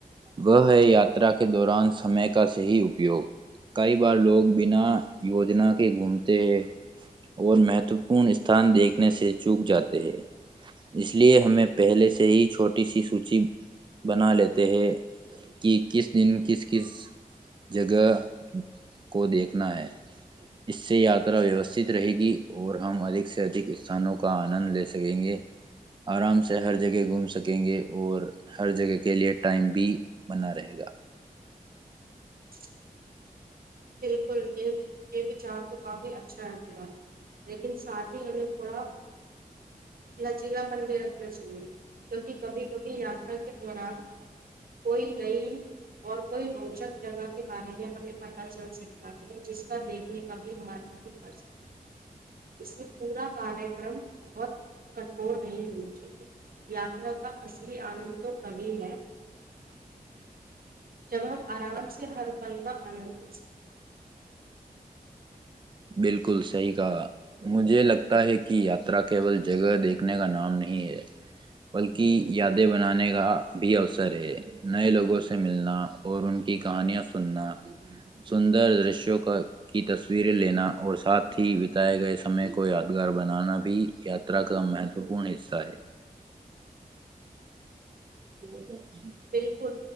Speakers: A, on the right; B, on the right.
A: وہ ہے یاترا کے دوران سمے کا صحیح اپیوگ کئی بار لوگ بنا یوجنا کے گھومتے ہیں اور مہتوپورن اسھان دیکھنے سے چوک جاتے اس لیے ہمیں پہلے سے ہی چھوٹی سی سوچی بنا لیتے ہیں کہ کس دن کس کس جگہ کو دیکھنا ہے اس سے یاترا ویوستھت رہے گی اور ہم ادک سے ادھک استھانوں کا آنند لیتے سکیں گے آرام سے ہر جگہ گھوم سکیں گے اور ہر جگہ کے لئے ٹائم بھی بنا رہے گا
B: <unintelligible> بالکل یہ یہ وچار تو کافی اچھا ہے تار لیکن ساتھ ہی ہمیں تھوڑا لچیلا پن بھی رکھنا چاہیے کیوںکہ کبھی کبھی یاترا کے دوران کوئی نئی اور کوئی روچک جگہ کے بارے میں ہمیں پ ل سکتا ہے جس کا دیکھنے کاھی ہمارا من کر سکتا ہے اس میں پورا ک کرم بہت کٹھور نہیں ہونا چاہیے یاترا کا اصلی آنند تو کبھی ہے جب ہم آرام سے ہر پل کا آند <unintelligible>
A: بالکل صحیح کہا مجھے لگتا ہے کہ یاترا کیول جگہ دیکھنے کا نام نہیں ہے بلکہ یادیں بنانے کا بھی اوسر ہے نئے لوگوں سے ملنا اور ان کی کہانیاں سننا سندر درشوں کا کی تصویریں لینا اور ساتھ ہی بتاائے گئے سمے کو یادگار بنانا بھی یاتا کا مہتوپورن حصہ ہے وہ بک <unintelligible>
B: بالکل